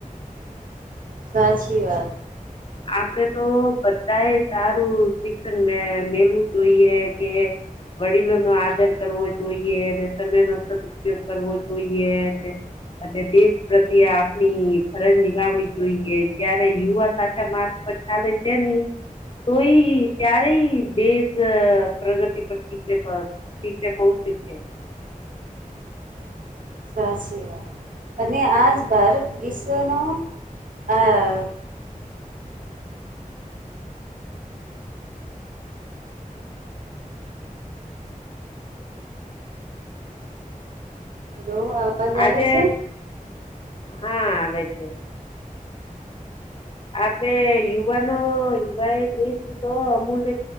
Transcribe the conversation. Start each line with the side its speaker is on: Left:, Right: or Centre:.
Right: સાચી વાત
Left: આપડે તો બધા એ સારું શિક્ષણ મે મેલવું જોઈએ કે વડીલો નો આદર કરવો જોઈએ અને તમેનો ઉપયોગ કરવો તોઈ અને તેજ પ્રત્યે આપણી ફરજ નિભાવણી જોઈએ ત્યારે યુવા સાચ તમાર ઉપર ચાલે છે નહી તોય ત્યારેય દેશ પ્રગતિ પરક ી કોચ <unintelligible> <inaudible>
Right: સાચીવાત અને આજ ભારત વિશ્વનો આ હેલો અવાજ
Left: આજે
Right: આવે છે
Left: <unintelligible> <inaudible> હા આવે જ આપડે યુવાનો યુવા એ દસ તો અમૂલ્ય